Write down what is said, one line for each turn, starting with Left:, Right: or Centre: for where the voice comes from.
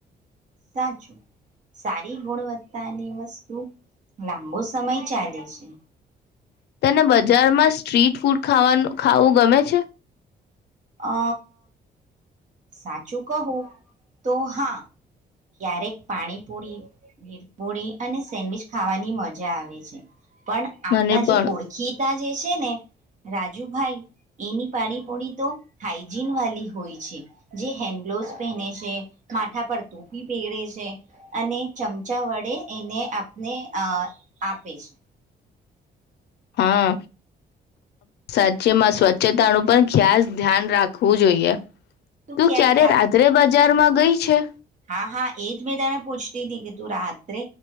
Right: સાચું સારી ગુણવત્તાની વસ્તુ લાંબો સમય ચાલે છે.
Left: તને બજારમાં સ્ટ્રીટ ફૂડ ખાવાનું ખાવું ગમે છે.
Right: અ સાચું કહું તો હા ક્યારેક પાણીપુરી ભીર પૂરી અને સેન્ડવીચ ખાવાની મજા આવે છે. પણ આપણા
Left: મને પણ
Right: જે ઓળખી ત જે છે ને રાજુભાઈ એની પાડીપોડી તો હાઈજીન વાળલી હોય છે જે હેન્ડ ગ્લોવસ પહેને છે માથા પર ટપી પહેગરેે છે અને ચમચા વડે એને આપને આપે છે.
Left: હા સાચ્યમાં સ્વચ્છતાનું પણ ખ્યાાસ ધ્યાન રાખવું જોઈએ. તું
Right: ક્યારેક
Left: ક્યારે
Right: રાત
Left: રાત્રે બાજુ બજારમાં ગઈ છે.
Right: હા હા એજ મેં તને પૂછતી હતીી કે તું રાત્રે